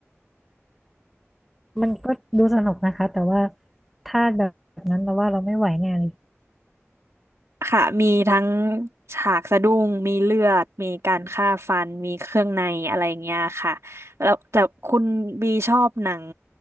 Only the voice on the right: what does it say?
ค่ะมีทั้งฉากสะดุ้งมีเลือดมีการฆ่าฟันมีเครื่องในอะไรอย่างเงี้ยค่ะแล้วแต่คุณบีชอบหนัง